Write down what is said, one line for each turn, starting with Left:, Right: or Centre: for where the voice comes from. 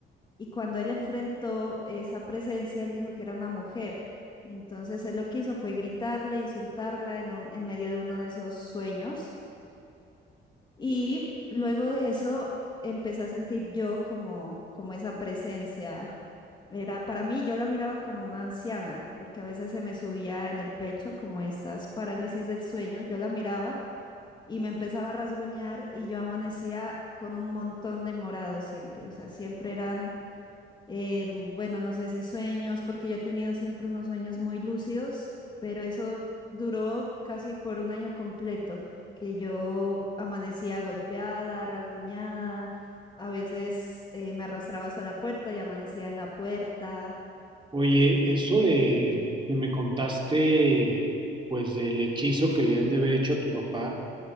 Left: Y cuando él enfrentó esa presencia, él dijo que era una mujer. Entonces él lo que hizo fue gritarle, insultarla en, un- en medio de uno de esos sueños. Y luego de eso empecé a sentir yo como, como esa presencia. Era para mí, yo la miraba como una anciana, porque a veces se me subía en el pecho como estas parálisis del sueño. Yo la miraba y me empezaba a rasguñar y yo amanecía con un montón de morados siempre. O sea, siempre eran eh, bueno, no sé si sueños, porque yo he tenido siempre unos sueños muy lúcidos, pero eso duró casi por un año completo, que yo amanecía golpeada, rasguñada, a veces eh, me arrastraba hasta la puerta y amanecía en la puerta.
Right: Oye, eso de que me contaste pues del hechizo que le han de haber hecho a tu papá,